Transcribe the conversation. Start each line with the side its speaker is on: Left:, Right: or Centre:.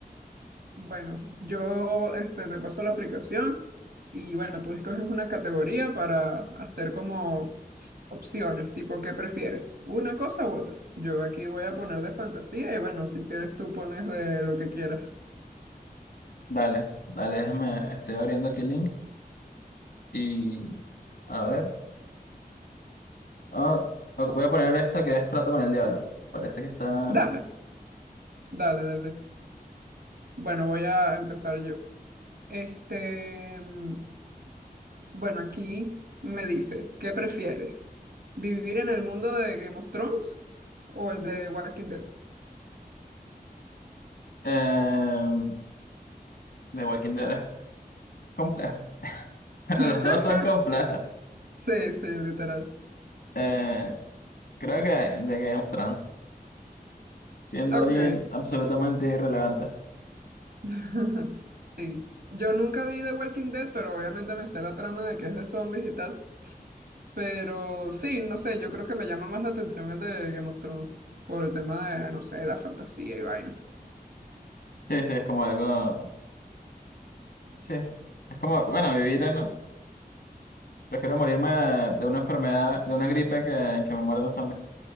Right: Bueno, yo este, te paso la aplicación y bueno, tú escoges una categoría para hacer como opciones, tipo ¿qué prefieres? ¿Una cosa u otra? Yo aquí voy a poner de fantasía y bueno, si quieres tú pones de lo que quieras.
Left: Dale, dale, déjame, estoy abriendo aquí el link y a ver. Ah, ok, voy a poner esta que es Trato con el Diablo. Parece que está
Right: Dale, dale, dale. Bueno, voy a empezar yo. Este, mm, bueno, aquí me dice, ¿qué prefieres? ¿Vivir en el mundo de Game of Thrones o el de Walking Dead?
Left: eh, de Walking Dead es complejo. <laughs> Bueno,
Right: <laughs>
Left: los dos son complejos.
Right: Sí, sí, literal.
Left: Eh, creo que de Game of Thrones, siendo
Right: Ok.
Left: alguien absolutamente irrelevante.
Right: <laughs> Sí. Yo nunca vi The Walking Dead, pero obviamente me sé la trama de que es de zombies y tal. Pero sí, no sé, yo creo que me llama más la atención el de Game of Thrones por el tema de, no sé, la fantasía y vaina.
Left: Sí, sí, es como algo. Sí, es como, bueno, vivir en, Prefiero morirme de una enfermedad, de una gripe, que, que me muerda un zombie.